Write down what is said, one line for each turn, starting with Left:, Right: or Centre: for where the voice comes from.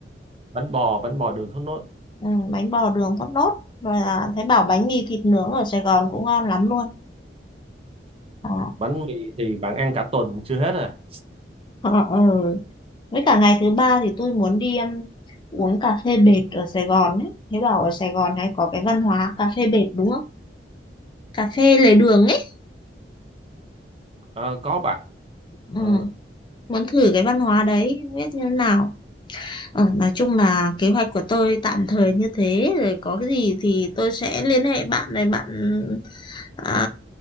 Right: bánh bò bánh bò đường thốt nốt
Left: ừ, bánh bò đường thốt nốt và là thấy bảo bánh mì thịt nướng ở Sài Gòn cũng ngon lắm luôn Ờ,
Right: bánh mì thì bạn ăn cả tuần chưa hết à
Left: ờ, ờ. ừ. với cả ngày thứ ba thì tôi muốn đi um, uống cà phê bệt ở Sài Gòn ấy thấy bảo ở Sài Gòn hay có cái văn hóa cà phê bệt đúng không cà phê lề đường ấy
Right: Ờ, có bạn
Left: ừ,
Right: Ờ,
Left: muốn thử cái văn hóa đấy không biết như thế nào ờ, nói chung là kế hoạch của tôi tạm thời như thế rồi có cái gì thì tôi sẽ liên hệ bạn này bạn à,